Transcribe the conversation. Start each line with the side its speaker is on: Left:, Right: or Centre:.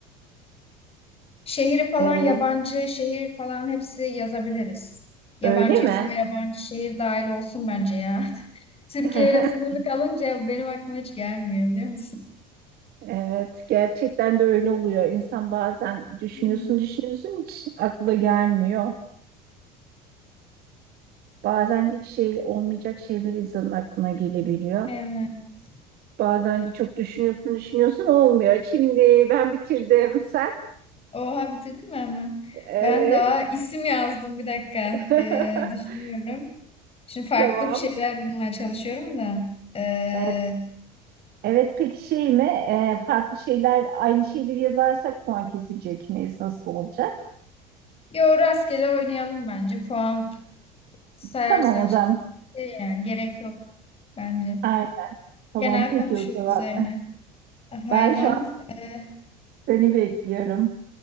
Left: Şehri falan
Right: evet.
Left: yabancı şehir falan hepsi yazabiliriz. Yabancı
Right: Öyle mi?
Left: isim ve yabancı şehir dahil olsun bence ya. <laughs> Türkiye
Right: <laughs>
Left: ile sınırlı kalınca benim aklıma hiç gelmiyor biliyor musun?
Right: Evet, gerçekten de öyle oluyor. İnsan bazen düşünüyorsun,
Left: Hmm.
Right: düşünüyorsun hiç akla gelmiyor. Bazen hiç şey olmayacak şeyler insanın aklına gelebiliyor.
Left: Evet.
Right: Bazen de çok düşünüyorsun, düşünüyorsun olmuyor. Şimdi ben bitirdim. Sen?
Left: Oha bitirdin mi hemen?
Right: Evet.
Left: Ben daha isim yazdım bir dakika.
Right: <laughs>
Left: Ee, düşünüyorum. Şimdi farklı
Right: Tamam.
Left: bir şeyler bulmaya çalışıyorum da. Ee,
Right: Evet, evet peki şey mi? Ee, farklı şeyler, aynı şeyleri yazarsak puan kesecek miyiz? Nasıl olacak?
Left: Yo rastgele oynayalım bence. Puan sayarsak
Right: Tamam o zaman.
Left: şey yani gerek yok bence.
Right: Aynen. Tamam
Left: Genel
Right: peki
Left: konuşuyor
Right: o zaman.
Left: üzerine. Hayvan
Right: Ben şu an
Left: e,
Right: seni bekliyorum.